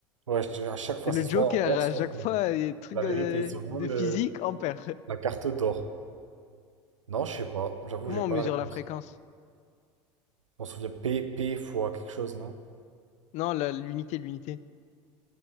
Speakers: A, on the right (about 80°); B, on the left (about 45°).
A: Ouais, je- à chaque fois,
B: C'est le
A: c'est soit
B: joker,
A: ampère,
B: à
A: soit
B: chaque fois,
A: vol.
B: il y a des trucs
A: La
B: de,
A: vérité, c'est vraiment
B: de
A: le-
B: physique, ampère.
A: la carte d'or. Non, je sais pas. J'avoue,
B: Comment
A: j'ai pas
B: on mesure
A: la réponse.
B: la fréquence?
A: On se souvient, P, P fois quelque chose, non?
B: Non, la- l'unité, l'unité.